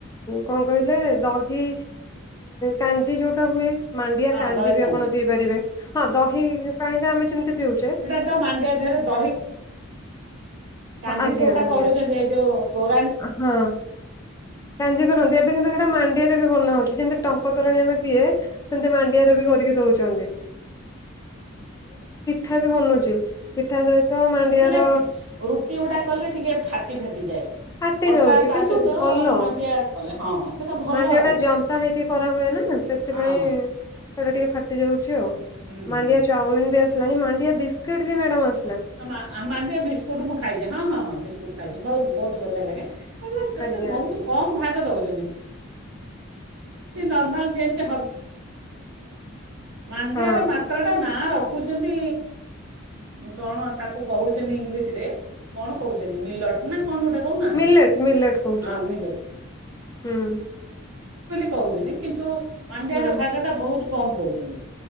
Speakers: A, on the left; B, on the right.
A: କଣ କହିଲେ ଦହି କାଞ୍ଜି ଯୋଉଟା ହୁଏ ମାଣ୍ଡିଆ
B: ହଁ
A: କାଞଜି
B: ଦହି
A: ବି
B: କାଞ୍ଜି
A: ଆପଣ ପିଇ ପାରିବେ ହଁ ଦହି ପାଣି ଟା ଆମେ ଯେମିତି ହେଉଛେ
B: ମା ଦେହରେ ଦ ଖାଉ କଉୋରା
A: ଆଜ୍ଞା ଆଜ୍ଞା
B: କାରଙ୍କୋରା
A: ହଁ କାଞ୍ଜି କରନ୍ତି ଏବେ କିନ୍ତୁ ସେଇଟା ମାଣ୍ଡିଆରେ ବି ବନା ହଉଛି ଯେମିତି ଟଙ୍କ ତୋରାଣୀ ଆମେ ପିଏ ସେମିତି ମାଣ୍ଡିଆରେ ବି କରିକି ଦଉଛନ୍ତି କଥା ବି ବନୁଛି ପିଠା ସହିତ ମାଣ୍ଡିଆର
B: ହେଲେ ରୁଟି ଗୁଡ଼ା କଲେ ଟିକେ ଫାଟି ଫାଟିଯାଏ।
A: ଫାଟି
B: ଅଟା
A: ଯାଉଛି
B: ତା
A: କିନ୍ତୁ
B: ସହିତ
A: ଭଲ
B: ମାଣ୍ଡିଆ କଲେ ହଁ ସେଇଟା ଭଲ
A: ମାଣ୍ଡିଆ
B: ଆଉ
A: ଟା ଜତାା ହେଇକି କରା ହୁଏ ନା ସେଥିପାଇଁ
B: ହଁ ହଁ
A: ସେଟା ଟିକେ ଫାଟି ଯାଉଛି ଆଉ
B: ହୁଁ
A: ମାଣ୍ଡିଆ
B: ହୁଁ
A: ଚାଉମିିନ ବି ଆସ ମାଡିଆ ବିସ୍ କେଡ ବି ମ୍ୟାଡ଼ାମ ଆ
B: ମ ବିସ୍କୁଟ୍ ମୁଁ ଖାଇଛି ହଁ ହଁ ହଁ ବିସ୍କୁଟ୍ ଖାଇଛି ବହୁତ ବହୁତ ବଢ଼ିଆ ଲାଗେ ତା କେତେ
A: ଆଜ୍ଞା
B: ବହୁତ କମ୍ ଭାଗ ଦେଉଛି ନର୍ମାଲ୍ ଯେମିତି ମାଣ୍ଡିଆାରେ
A: ହଁ
B: ମାତ୍ରା ନାଁ ର ରଖହୁଛନ୍ତି କଣ ତାକୁ କହୁଛନ୍ତି ଇଂଲିଶ୍ରରେ କଣ କହୁଛନ୍ତି ମିଲଟ୍ ନା କଣ ଗୋଟେ କହୁନାହାନ୍ତି
A: ମିଲେଟ ମିଲେଟ କହୁଛନ୍ତି
B: ହଁ ମିଲେଟ୍
A: ହୁଁ
B: କହୁନି କିନ୍ତୁ ମାଣ୍ଡିଆର
A: ହୁଁ
B: ଭାଗଟା ବହୁତ କମ୍ ଦଉଛନ୍ତି